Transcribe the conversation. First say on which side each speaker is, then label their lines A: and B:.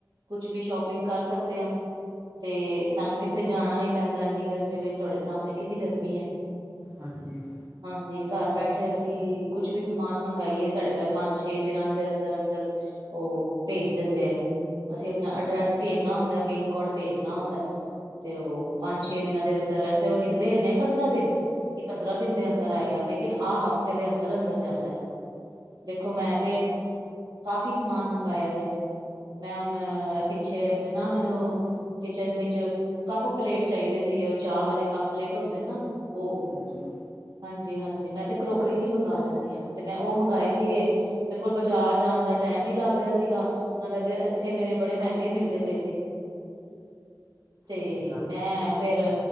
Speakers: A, on the right; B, on the right.
A: ਕੁਛ ਵੀ ਸ਼ੋਪਿੰਗ ਕਰ ਸਕਦੇ ਆ। ਤੇ ਸਾਨੂੰ ਕਿੱਥੇ ਜਾਣਾ ਨੀ ਪੈਂਦਾ ਇੰਨੀ ਗਰਮੀ ਵਿੱਚ ਤੁਹਾਡੇ ਸਾਹਮਣੇ ਕਿੰਨੀ ਗਰਮੀ ਏ।
B: ਹਾਂਜੀ
A: ਹਾਂਜੀ ਘਰ ਬੈਠੇ ਅਸੀਂ ਕੁਛ ਵੀ ਸਮਾਨ ਮੰਗਾਈਏ ਸਾਡੇ ਘਰ ਪੰਜ- ਛੇ ਦਿਨਾਂ ਦੇ ਅੰਦਰ -ਅੰਦਰ ਉਹ ਭੇਜ ਦਿੰਦੇ ਐ। ਅਸੀਂ ਆਪਣਾ
B: ਹਾਂਜੀ
A: ਅਡਰੈਸ ਭੇਜਨਾ ਹੁੰਦਾ ਪਿੰਨ ਕੋਡ ਭੇਜਣਾ ਹੁੰਦਾ। ਤੇ ਉਹ ਪੰਜ- ਛੇ ਦਿਨਾਂ ਦੇ ਅੰਦਰ ਵੈਸੇ ਉਹ ਲਿਖਦੇ ਇਨੇ ਪੰਦਰਾਂ ਦਿਨ ਕਿ ਪੰਦਰਾਂ ਦਿਨ ਦੇ ਅੰਦਰ ਆਏਗਾ ਲੇਕਿਨ ਆਹ ਹਫ਼ਤੇ ਦੇ ਅੰਦਰ- ਅੰਦਰ ਜਾਂਦਾ। ਦੇਖੋ ਮੈਂ ਤੇ ਕਾਫੀ ਸਮਾਨ ਮੰਗਵਾਆ ਜੇ, ਮੈਂ ਉਹਨ ਪਿੱਛੇ ਆਪਣੇ ਨਾ ਮੈਨੂੰ ਕਿਚਨ ਵਿੱਚ ਕੱਪ ਪਲੇਟ ਚਾਹੀਦੇ ਸੀਗੇ ਉਹ ਚਾਹ ਵਾਲੇ ਕੱਪ ਪਲੇਟ ਹੁੰਦੇ ਨਾ ਉਹ-
B: ਹਾਂਜੀ
A: ਹਾਂਜੀ ਹਾਂਜੀ ਮੈਂ ਤੇ ਕਰੋਕਰੀ ਵੀ ਮੰਗ ਲੈਂਦੀ ਆ ਤੇ ਮੈਂ ਉਹ ਮੰਗਵਾਏ ਸੀਗੇ ਮੇਰੇ ਕੋਲ ਬਾਜ਼ਾਰ ਜਾਣ ਦਾ ਟਾਈਮ ਨੀ ਲੱਗ ਰਿਹਾ ਸੀਗਾ। ਨਾਲੇ ਦੇ ਇੱਥੇ ਮੇਰੇ ਬੜੇ ਮਹਿੰਗੇ ਮਿਲਦੇ ਪਏ ਸੀ। ਤੇ
B: ਅੱਛਾ
A: ਮੈਂ ਫੇਰ,